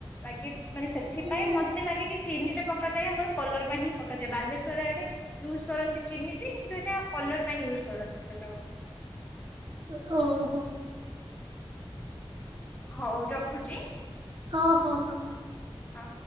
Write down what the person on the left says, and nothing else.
ବାକି ମାନେ ସେଥିପାଇଁ
ମତେ ଲାଗେ କି ଚିନିଟା ପକାଯାଏ ଆମର କଲର୍ ପାଇଁ ହିଁ ପକାଯାଏ ବାଲେଶ୍ଵର ଆଡ଼େ ୟୁଜ୍ କରନ୍ତି ଚିନି ଯେ କିନ୍ତୁ ଏଇଟା କଲର୍ ପାଇଁ ୟୁଜ୍ କରନ୍ତି ସେଇଟାକୁ।
ହଉ ରଖୁଚି।
ହଁ